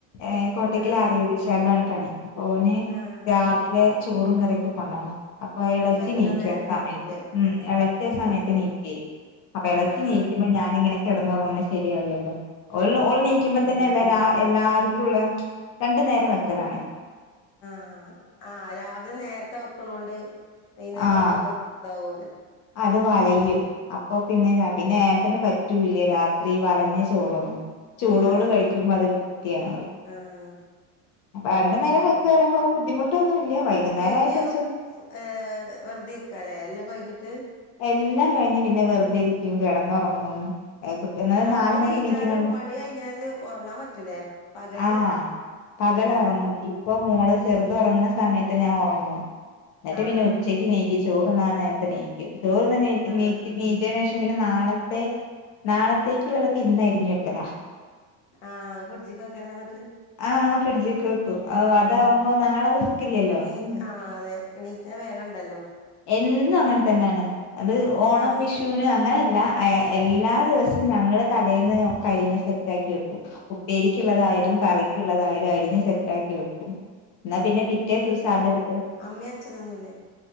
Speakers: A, on the left; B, on the left.
A: ഏഹ് കോട്ടക്കൽ
B: ആഹ്
A: ആര്യ വൈദ്യശാലാണ്, പണി അപ്പൊ ഓന്
B: ആഹ്
A: രാവിലെ ചോറും, കറിയൊക്കെ, കൊണ്ടകണം. അപ്പൊ, എളച്ചി
B: എല്ലാം
A: നീക്കു,
B: നേരത്തെ
A: ആ സമയത്ത്,
B: ആക്കൂലേ
A: ഉം, എളച്ചി ആ സമയത്ത്
B: ആഹ്
A: നീകുയ്യ്, അപ്പൊ എളച്ചി
B: ആഹ്
A: നീ അപ്പ ഞാനിങ്ങനെ, കെടന്നൊറങ്ങണെ, ശരിയാവില്ലലോ, ഓൾ
B: ആഹ്
A: നീക്കുമ്പോതന്നെ, എല്ലാ രാവി എല്ലാർക്കുംള്ള, രണ്ടു നേരം, വെക്കലാണെ
B: ആഹ്, ആഹ്, രാവിലെ നേരത്തെ, വെക്കണോണ്ട്, വൈകുന്നേരം
A: ആഹ്
B: ആമ്പോക്കെ, ഇതാവലോ.
A: അത് വലയും, അപ്പൊ പിന്നെ, പിന്നെ ന് പറ്റൂല്ലേ, രാത്രി വലഞ്ഞ, ചോറൊന്നും. ചൂടോട്
B: ആഹ്
A: കഴുമ്പോ, അതൊരു വൃത്തിയാണ്, പറയും.
B: ആഹ്
A: അപ്പ രണ്ട് നേരം, വെക്കറയുമ്പോ,
B: ഉം
A: ബുദ്ധിമുട്ടൊന്നും ഇല്ല, വൈകുന്നേര
B: അപ്പൊ ഇഞ്ഞ്
A: ആയ, ച്
B: ഏഹ്, വെറുതെ ഇരിക്കാലേ, എല്ലാം കഴിഞ്ഞിട്ട്.
A: എല്ലാം കഴിഞ്ഞ്, പിന്നെ വെറുതെ, ഇരിക്കും, കിടന്നുറങ്ങും. ഏഹ്, കുട്ടി എന്ന
B: നേരത്തെ
A: നാല മണിക്ക്,
B: നീച്ചാലും
A: നീക്കണണ്ട്
B: പണി കഴിഞ്ഞാല് ഒറങ്ങാൻ പറ്റൂലേ പകല്
A: ആഹ്. പകലോറങ്ങും.
B: ഉം
A: ഇപ്പ മോള ചെറുത ഉറങ്ങുന്ന, സമയത്ത് ഞാൻ ഉറങ്ങും, എന്നിട്ട്
B: ആഹ്
A: പിന്നെ, ഉച്ചക്ക് നീ ചോറ്ന്ന നേരത്ത് നീക്കും, ചോറ്ന്ന് നീ
B: ആഹ്
A: നീക്കി, നീറ്റിയതിന, ന് ശേഷം പിന്നെ, നാളെ ത്തെ, നാളത്തേക്കുള്ളതൊക്കെ, ഇന്നരിഞ്ഞു, വെക്കല.
B: ആഹ് ഫ്രിഡ്ജ്ക്ക് വെക്കലാ ന്നട്ട്
A: ആഹ്, ഫ്രിഡ്ജിൽക്ക് വക്കും, ആഹ്. താവ് മ്പോ നാളെ ഇല്ലല്ലോ
B: നീറ്റ്, ആഹ്, അതെ, നീറ്റ വേഗം ഉണ്ടല്ലോ.
A: എന്നും, അങ്ങനെ തന്നെണ്, അത് ഓണം
B: ഏഹ്
A: വിഷുന്, അങ്ങനല്ല, എല്ലാ
B: ഏഹ്
A: ദിവസവും ഞങ്ങള് തലേന്ന്, ഒക്കെ അരിഞ്സെറ്റക്കി, വെക്കും, ഉപ്പേരിക്കുള്ളതായാലും,
B: ആഹ്
A: കറി ക്ക്ള്ളതായാലും, അരിഞ്ഞ് സെറ്റാക്കി, വെക്കും, ന്നാ പിന്നെ, പിറ്റേ ദിവസം, അതെടുത്ത്
B: അമ്മേം, അച്ഛനൊന്നുംല്ലേ.